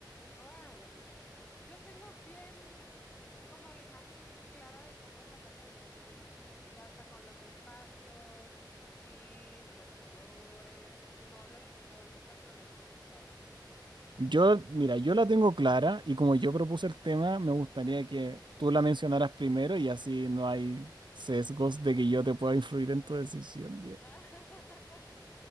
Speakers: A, on the left; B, on the right.
A: Órale, yo tengo bien, como la imagen bien clara de cómo es la casa de mis sueños, ¿tú crees? O sea, hasta con los espacios, el jardín, los colores. No lo he dibujado nunca, pero la tengo en mi cabeza.
B: Yo, mira, yo la tengo clara y como yo propuse el tema, me gustaría que tú la mencionaras primero y así no hay sesgos de que yo te pueda influir en tu decisión. Diego.
A: <laughs>